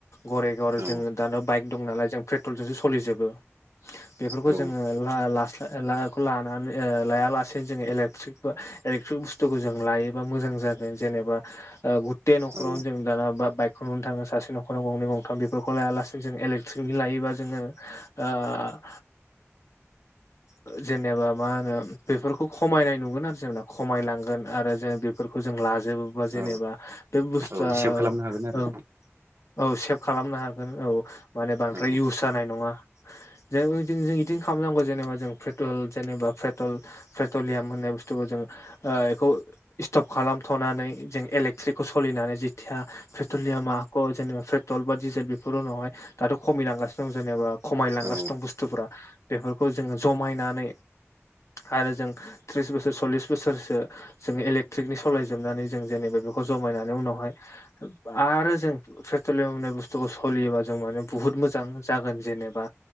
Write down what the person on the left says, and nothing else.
घरे घरे
जों दानो बाइक दं नालाय जों पेट्रलजोंसो सलिजोबो। बेफोरखौ
जोङो ला लास्ला लाखौ लानानै ओ लायालासे जोङो एलेक्ट्रिक बा एलेक्ट्रिक बुस्थुखौ जों लायोबा मोजां जागोन। जेनेबा ओ गुथे न'खरावनो
जों दाना बा बायक खौ नुनो थाङो ससे नखराव गंनै गंथाम बि फोरखौ लाया लासेनो जों एलेक्ट्रिकनि लायोबा जोङो ओ <inaudible> ओ जेनेबा मा होनो बेफोरखौ खमायनाय नुगोन आरो जोंना। खमायलांगोन आरो जों बेफोरखौ जों लाजोबोबा जेनेबा
बे बुथुआ
ओं औ सेप खालामनो हागोन औ। माने बांद्राय
इउस जानाय नङा। जों <unintelligible> इदिनो खामनांगौ जेन बा जों पेट्रल जेनेबा पेट्रल पेट्रलियाम होननाय बुसथुखौ जों ओ एखौ इस्टप खालामथ'नानै जों एलेक्ट्रिको सलिनानै जिथिया पेट्रलियामा आख' जेनेबा प्रेट टल बा डिजेल बेफोर उनावहाय दाथ' खमिलांगासिनो दं जेनेबा खमायलांगासि
दं बुस्थुफोरा। बेफोरखौ जोङो जमायनानै आरो जों त्रिस बोसोर सल्लिस बोसोरसो जोङो एलेक्ट्रिकनि सलायजोबनानै जों जेनेबा बेखौ जमायनानै उनावहाय आरो जों प्रे ट्रलियाम होननाय बुस्थुखौ सलियोबा जों माने बुहुत मोजां जागोन जेनेबा।